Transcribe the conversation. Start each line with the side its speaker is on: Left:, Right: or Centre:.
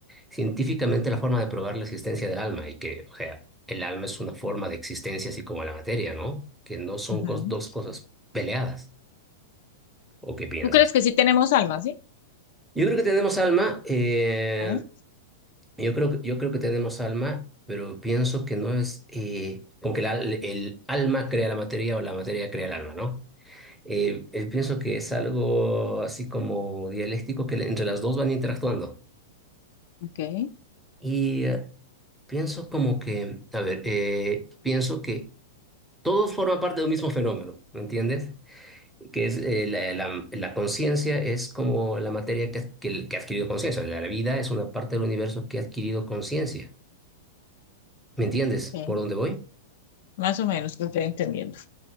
Centre: científicamente la forma de probar la existencia del alma y que, o sea, el alma es una forma de existencia así como la materia, ¿no? Que no son
Left: Ujú.
Centre: cos- dos cosas peleadas. ¿O qué piensas?
Left: ¿Tú crees que sí tenemos alma, sí?
Centre: Yo creo que tenemos alma, eh,
Left: Ok,
Centre: yo creo, yo creo que tenemos alma, pero pienso que no es eh, como que la- el alma crea la materia o la materia crea el alma, ¿no? Eh, eh, pienso que es algo así como dialéctico que le- entre las dos van interactuando.
Left: ok,
Centre: Y eh, pienso como que, a ver, eh, pienso que todos forman parte de un mismo fenómeno, ¿me entiendes? que es eh, la, la- la conciencia es como la materia que, ha- que, que ha adquirido conciencia. La vida es una parte del universo que ha adquirido conciencia. ¿Me entiendes
Left: ok.
Centre: por dónde voy?
Left: Más o menos lo estoy entendiendo.